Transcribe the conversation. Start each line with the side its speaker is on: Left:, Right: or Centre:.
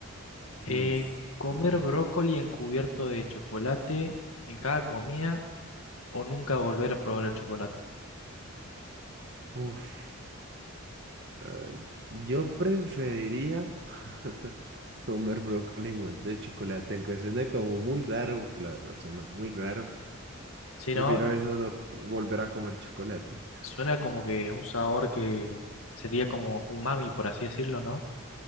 Right: Listo.
Left: Eh, comer brócoli encubierto de chocolate en cada comida o nunca volver a probar el chocolate.
Right: Uf, ah, yo preferiría <laughs> comer brócoli envuelto de chocolate, aunque suena como muy raro, porque la verdad suena muy raro.
Left: Si
Right: Prefiero
Left: no,
Right: eso, no volver a comer chocolate.
Left: suena como que un sabor que sería como umami, por así decirlo, ¿no?